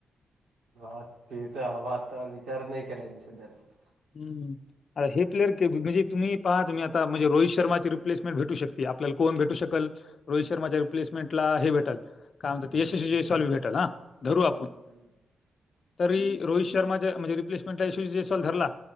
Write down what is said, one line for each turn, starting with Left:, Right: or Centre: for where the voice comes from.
Right: हा, ते तर अवं आता विचार नाही केलाय मी सध्या <unintelligible>
Left: हम्म! आता हे प्लेयर के. बी म्हणजे तुम्ही पहा आता म्हणजे रोहित शर्माचे रिप्समेंट भेटू शकते, आपला कोण भेटू शकलं रोहित शर्माच्या रिप्लेसमेंटला हे भेटलं, काय म्हणतात यशस्वी जॅसवलं भेटलं हा, धरू आपण.
Right: हम!
Left: तरी रोहित शर्माच्या, म्हणजे रिप्लेसमंटच्या <unintelligible> जास्वाल धरला.